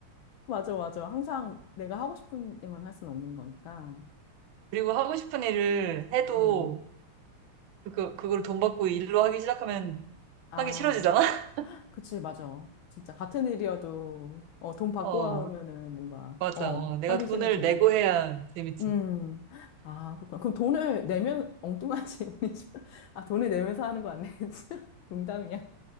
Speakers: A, on the left (about 75°); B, on the right (about 70°).
A: 맞아, 맞아. 항상 내가 하고 싶은 일만 할 수는 없는 거니까.
B: 그리고 하고 싶은 일을 해도,
A: 음.
B: 그, 그걸 돈 받고 일로 하기 시작하면
A: 아,
B: 하기 싫어지잖아? <laughs>
A: 그치, 맞아. 진짜 같은 일이어도 어, 돈 받고
B: 어,
A: 하면은 뭔가
B: 맞아.
A: 어,
B: 어, 내가
A: 하기
B: 돈을
A: 싫어지는.
B: 내고 해야 재밌지.
A: 음. 아, 그렇구나. 그럼 돈을 내면 엉뚱한 이지 <laughs> 아, 돈을 내면서 하는 거 아니겠지? <laughs> 농담이야.